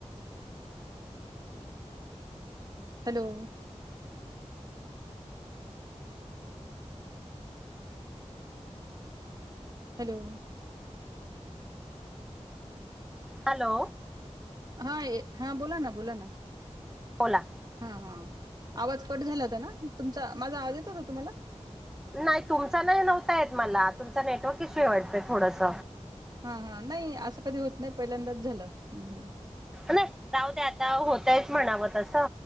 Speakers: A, on the right (about 35°); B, in the centre.
A: हॅलो हॅलो
B: हॅलो.
A: हा ए हा बोला ना बोला ना.
B: बला.
A: हा हा आवाज कट झाला होता ना तुमचा माझा आवाज येतोय का तुम्हाला?
B: नाई तुमचा नाई नव्हता येत मला तुमचा नेटवर्क इशु ए वाटत थोडस.
A: हा हा नाई असं कधी होत नाई पहिल्यांदाच झालं हम्म हम्.
B: नाई जाऊद्या आता होतयच म्हणाव तस